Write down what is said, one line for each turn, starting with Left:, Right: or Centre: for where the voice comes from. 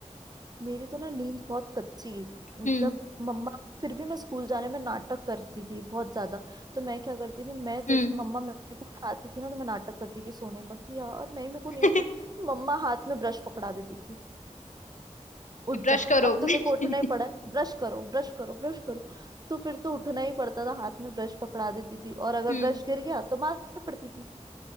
Right: मेरी तो ना नींद बहुत कच्ची मतलब
Left: हम्म
Right: मम्मा फिर भी मैं स्कूल जाने में नाटक करती थी बहुत ज्यादा तो मैं क्या करती थी मैं जैस
Left: हम्म
Right: मम्मा मेरे को उठाती थी ना तो मैं नाटक करती थी सोने का कि यार नहीं मेरे को
Left: <laughs>
Right: नहीं उठना है मम्मा हाथ में ब्रश पकड़ा देती थी उठ
Left: कि ब्रश
Right: जा
Left: करो
Right: अब तो तेरे को उठना
Left: <laughs>
Right: ही पड़ा है ब्रश करो ब्रश करो ब्रश करो तो फिर तो उठना ही पड़ता था हाथ में ब्रश पकड़ा देती थी और अगर
Left: हम्म
Right: ब्रश गिर गया तो मार पड़ती थी